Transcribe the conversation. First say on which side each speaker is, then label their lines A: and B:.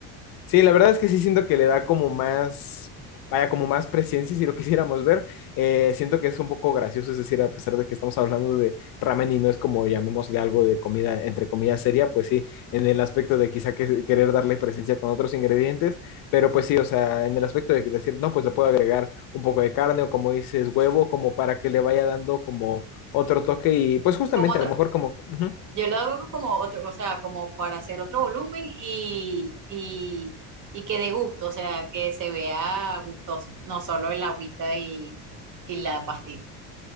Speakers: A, on the left; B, on the right.
A: Sí, la verdad es que sí siento que le da como más, vaya, como más presencia si lo <laughs> quisiéramos ver. Eh, siento que es un poco gracioso, es decir, a pesar de que estamos hablando de ramen y no es como llamémosle algo de comida, entre comillas, seria, pues sí, en el aspecto de quizá que, querer darle presencia con otros ingredientes, pero pues sí, o sea, en el aspecto de que decir, no, pues le puedo agregar un poco de carne o como dices, huevo, como para que le vaya dando como otro toque y pues justamente
B: Como otro,
A: a lo mejor como... ujú.
B: yo lo hago como otro, o sea, como para hacer otro volumen y, y, y que dé gusto, o sea, que se vea gustoso, no solo el agüita y, y la pastita.